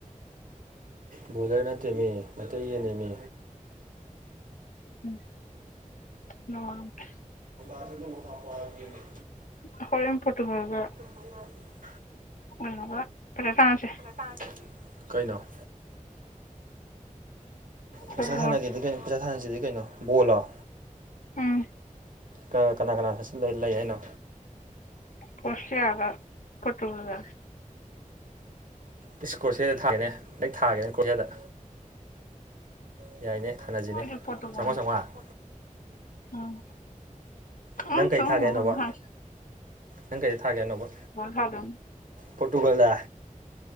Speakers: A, on the right (about 75°); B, on the left (about 70°).
A: ꯕꯣꯏꯂ꯭ꯔ ꯅꯠꯇ‌ꯦꯃꯤ ꯃꯩꯇꯩ ꯌ‌ꯦꯟꯅ‌ꯦꯃꯤ
B: ꯎꯝ ꯅꯋꯥ ꯂꯧꯗꯦ
A: ꯑꯗꯨꯒ ꯑꯃꯨꯛ ꯍꯥꯞꯄꯛꯑꯒ‌ꯦꯅ‌ꯦ
B: ꯑꯈ‌ꯣꯏꯔ‌ꯣꯝ ꯄ‌ꯣꯇꯨꯒꯜꯒ
A: ꯎꯝ
B: ꯀꯩꯅ‌ꯣꯒ ꯄꯩꯁꯥ ꯊꯥꯅꯁꯦ
A: ꯍꯥ‌ ꯀꯩꯅꯣ ꯄꯩꯁꯥ
B: ꯐꯨꯠꯕꯣꯜ
A: ꯊꯥꯅꯒ‌ꯦꯗꯤ ꯀꯩꯅꯣ ꯄꯩꯁꯥ ꯊꯥꯅꯁꯤꯗꯤ ꯀꯩꯅꯣ ꯕꯣꯜꯂ‌ꯣ
B: ꯎꯝ
A: ꯀ‌ ꯀꯅꯥ ꯀꯅꯥ <unintelligible> ꯂꯩ ꯍꯥꯏꯅꯣ
B: ꯄ‌ꯣꯁꯤꯌꯥꯒ ꯄ‌ꯣꯇꯨꯒꯜꯒ
A: ꯏꯁ ꯀꯣꯔꯁꯤꯌꯥꯗ ꯊꯥꯒꯦꯅꯦ ꯍ‌ꯦꯛ ꯊꯥꯒꯦꯅꯦ ꯀꯣꯔꯤꯌꯥꯗ ꯌꯥꯏꯅꯦ ꯊꯥꯅꯖꯤꯅꯦ
B: ꯑꯩꯗꯤ ꯄꯣꯔꯇꯨꯒꯜ
A: ꯆꯉ꯭ꯋꯥ ꯆꯉ꯭ꯋꯥ
B: ꯎꯝ
A: ꯅꯪ
B: ꯎꯝ
A: ꯀꯩ
B: ꯆꯍꯨꯝ
A: ꯊꯥꯒꯦ ꯍꯥꯏꯅꯣꯕ
B: <unintelligible>
A: ꯅꯪ ꯀꯩꯗ ꯊꯥꯒꯦ ꯍꯥꯏꯅꯣꯕ
B: ꯊꯥꯗꯣꯏꯅꯤ
A: ꯄꯣꯔꯇꯨꯒꯜꯗ